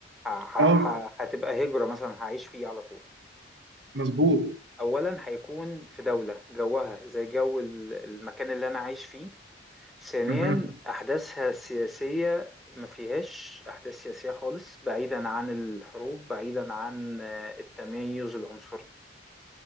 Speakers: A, in the centre; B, on the right.
A: ه- ه-
B: آه
A: ه- هتبقى هجرة مثلا هعيش فيه على طول
B: مظبوط
A: أولا هيكون في دولة جوها زي جو ال- المكان اللي أنا عايش فيه ثانيا
B: مهم.
A: أحداثها السياسية ما فيهاش أحداث سياسية خالص بعيدا عن الحروب بعيدا عن آه، التميز العنصري